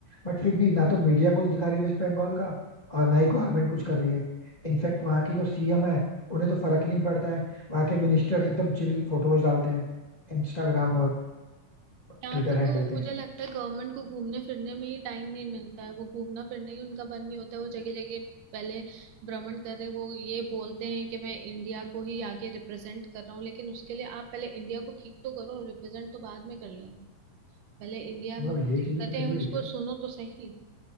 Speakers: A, on the left; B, on the right.
A: बट फिर भी ना तो मीडिया कुछ दिखा रही है वेस्ट बंगाल का और ना ही गवर्नमेंट कुछ कर रही है इनफैक्ट वहाँ की जो सीएम है उन्हें तो फर्क ही नहीं पड़ता है वहाँ के मिनिस्टर्स एकदम चिल फोटोज डालते हैं इंस्टाग्राम और
B: यहाँ
A: ट्विटर
B: पे
A: हैंडल
B: तो
A: पे
B: मुझे लगता है गवर्नमेंट को घूमने फिरने में ही टाइम नहीं मिलता है वो घूमना फिरना ही उनका बंद नहीं होता है वो जगह जगह पहले भ्रमण कर रहे वो ये बोलते हैं कि मैं इंडिया को ही आगे रिप्रेजेंट कर रहा हूँ लेकिन उसके लिए आप पहले इंडिया को ठीक तो करो रिप्रेजेंट तो बाद में कर लेना पहले इंडिया
A: मतलब
B: में जो
A: ये
B: दिक्कतें
A: चीजें तो फिर
B: हैं
A: भी
B: उसको
A: ठीक है
B: सुनो तो सही